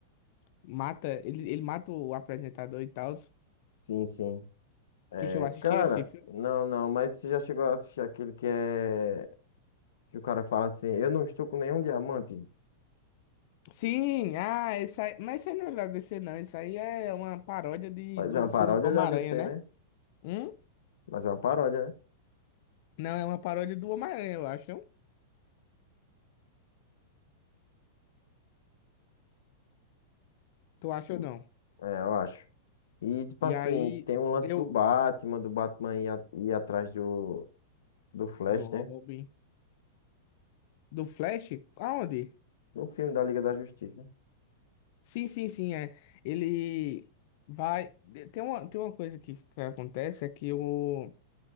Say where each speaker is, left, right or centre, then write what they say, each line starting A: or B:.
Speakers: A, on the left (about 40°); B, on the left (about 85°).
A: mata. Ele, ele mata o apresentador e tal.
B: Sim, sim. É,
A: Tu chegou a assistir
B: cara,
A: esse filme?
B: não, não, mas você já chegou a assistir aquele que é. Que o cara fala assim: Eu não estou com nenhum diamante.
A: Sim! Ah, esse aí, mas isso aí não é da DC, não. Isso aí é uma paródia de,
B: Mas
A: do
B: é uma
A: filme
B: paródia
A: Homem-Aranha,
B: da DC,
A: né?
B: né?
A: Hum?
B: Mas é uma paródia, né?
A: Não, é uma paródia do Homem-Aranha, eu acho. não? Tu acha
B: Hum,
A: ou não?
B: É, eu acho. E, tipo
A: E
B: assim,
A: aí
B: tem o lance
A: eu.
B: do Batman, do Batman ir, a- ir atrás do, do Flash,
A: Do Robin.
B: né?
A: Do Flash? Aonde?
B: No filme da Liga da Justiça.
A: Sim, sim, sim, é. Ele vai. Tem uma, tem uma coisa que, que acontece é que o.